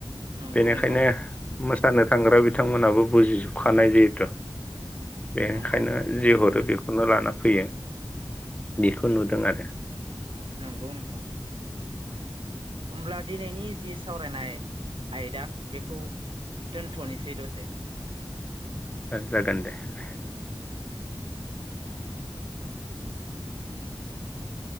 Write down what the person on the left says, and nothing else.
बेनिखायनो
मोसानो थांग्रा बिथांमोनाबो बुजिजोबखानाय जेथ' बेनिखायनो
जि हरो बेखौनो लाना फैयो बेखौ नुदों आरो
जागोन दे दे।